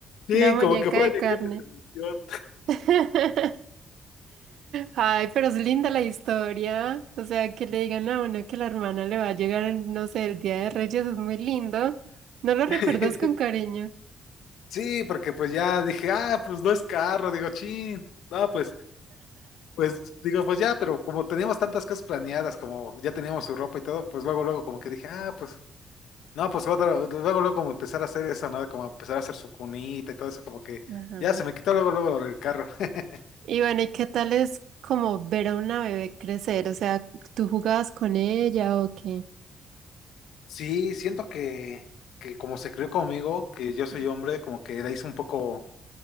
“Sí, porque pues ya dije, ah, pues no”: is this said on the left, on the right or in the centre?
Left